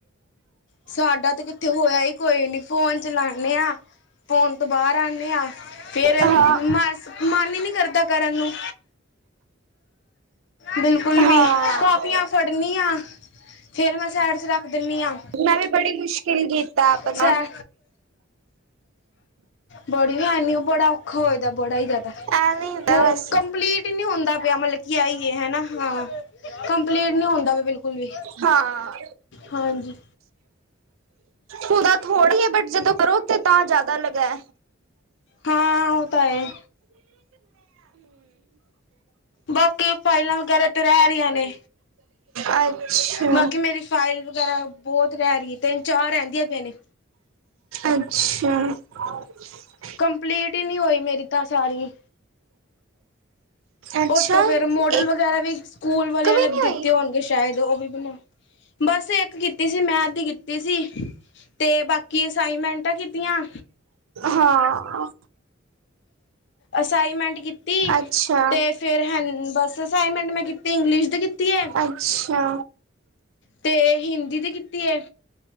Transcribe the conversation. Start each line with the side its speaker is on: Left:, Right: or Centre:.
Left: ਸਾਡਾ ਤੇ ਕਿੱਥੇ ਹੋਏਆ ਈ ਕੋਈ ਨੀ ਫੋਨ ਚਲਾਨੇ ਆ। ਫੋਨ ਤੋ ਬਾਰ ਆਨੇ ਆ, ਫੇਰ
Right: ਹਾਂ,
Left: ਮਾ ਮਾਨ ਈ ਨੀ ਕਰਦਾ ਕਰਨ ਨੂੰ ਬਿਲਕੁਲ ਵੀ
Right: ਹਾਂ
Left: ਕੋਪੀਆਂ ਫੜਨੀ ਆਂ, ਫੇਰ ਮੈਂ ਸੈਡ ਚ ਰਾੱਖ ਦੇਂਨੀ ਆਂ।
Right: ਮੈਂ ਵੀ ਬੜੀ ਮੁਸ਼ਕਿਲ ਕੀਤਾ ਆਪਨਾ
Left: ਸੈ ਬੜੀ ਹੈਨੀ ਓ ਬੜਾ ਓਖਾ ਹੋਏਦਾ ਬੜਾ ਈ ਜੈਦਾ,
Right: ਐਵੇਂ ਹੀ ਹੁੰਦਾ
Left: ਹੋਨ
Right: ਬਸ
Left: ਕੰਪਲੀਟ ਨੀ ਹੋਂਦਾ ਪੇਆ ਮਲਬ <unintelligible> ਹੈਨਾ ਹਾਂ, ਕੰਪਲੀਟ ਨੀ ਹੋਂਦਾ ਪੇ ਬਿਲਕੁਲ ਵੀ
Right: ਹਾਂ।
Left: ਹਾਂਜੀ।
Right: ਹੁਦਾ ਥੋੜੀ ਏ, ਬਟ ਜਦੋ ਕਰੋ ਤੇ ਤਾਂ ਜੈਦਾ ਲਗਾ
Left: ਹਾਂ ਉਹ ਤਾਂ ਹੈ ਬਾਕੀ ਫਾਈਲਾਂ ਵਗੈਰਾ ਤੇ ਰੈ ਰਈਆਂ ਨੇ।
Right: ਅੱਛਾ।
Left: ਬਾਕੀ ਮੇਰੀ ਫਾਈਲ ਵਗੈਰਾ ਬੋਤ ਰੈਰੀ ਏ, ਤੇੰਨ ਚਾਰ ਰੈਂਦੀਆਂ ਪੇ ਨੇ
Right: ਅੱਛਾ। <unintelligible>
Left: ਕੰਪਲੀਟ ਈ ਨੀ ਹੋਈ ਮੇਰੀ ਤਾ ਸਾਰੀ
Right: ਅੱਛਾ
Left: ਓਤੋ ਫੇਰ
Right: ਇੱਕ
Left: ਮੋਡਲ
Right: ਇੱਕ
Left: ਵਗੈਰਾ ਵੀ ਸਕੂਲ ਵਾਲੇਆਂ
Right: ਵੀ
Left: ਨੇ ਦਿੱਤੇ
Right: ਨੀ ਹੋਈ
Left: ਹੋਨਗੇ ਸ਼ਾਏਦ ਓਵੀ ਬਨਾ, ਬਾੱਸ ਏਕ ਕੀਤੀ ਸੀ ਮੈਂਧ ਦੀ ਕੀਤੀ ਸੀ, ਤੇ ਬਾਕੀ ਕੀ ਅਸਾਈ‌ਮੈਂਟਾਂ ਕੀਤੀਆਂ।
Right: ਹਾਂ।
Left: ਅਸਾਈਮੈਂਟ ਕੀਤੀ,
Right: ਅੱਛਾ,
Left: ਤੇ ਫੇਰ ਹੈ ਬਸ ਅਸਾਈਨਮੈਂਟ ਮੈਂ ਕੀਤੀ ਇੰਗਲਿਸ਼ ਦੀ ਕੀਤੀ ਹੈ
Right: ਅੱਛਾ
Left: ਤੇ ਹਿੰਦੀ ਤੇ ਕੀਤੀ ਹੈ